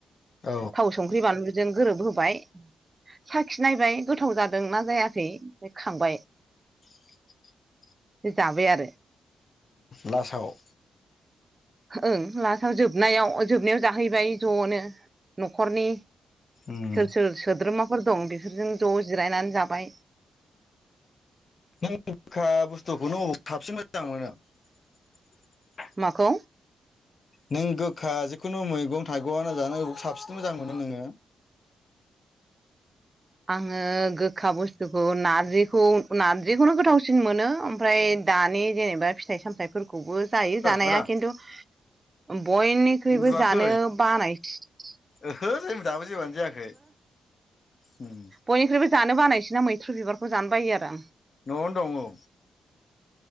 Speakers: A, on the left (about 50°); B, on the right (about 30°).
A: औ
B: थाव संख्रि बानलुजों गोरोब होबाय। साखि नायबाय गोथाव जादोंना जायाखै ओ खांबाय।
A: <inaudible>
B: ओ जाबाय आरो।
A: लासाव।
B: ओं लासाव जोबनायाव-जोबनायाव जाहैबाय ज'नो न'खरनि
A: उम
B: सोर-सोर सोद्रोमा फोर दं बेफोरजों ज' जिरायनानै जाबाय।
A: नों गोखा बुस्थुखौनो <unintelligible>
B: माखौ
A: नों गोखा जिखुनु मैगं <unintelligible> जानो अब साबसिन मोजां मोनो नोङो।
B: आङो गोखा बुस्थुखौ नारजिखौ नारजिखौनो गोथावसिन मोनो ओमफ्राय दानि जेनेबा फिथाइ सामथाइफोरखौबो जायो जानाया
A: आदा
B: किन्तु ओम बयनिख्रुइबो
A: उन्दुवाखै
B: जानो बानायस
A: ओहो जों दाबो जेबेआनो जायाखै। उम
B: बयनिख्रुइबो जानो बानायसिना मैथ्रु बिबारखौ जानो बायो आरो आं।
A: न'आवनो दङ औ।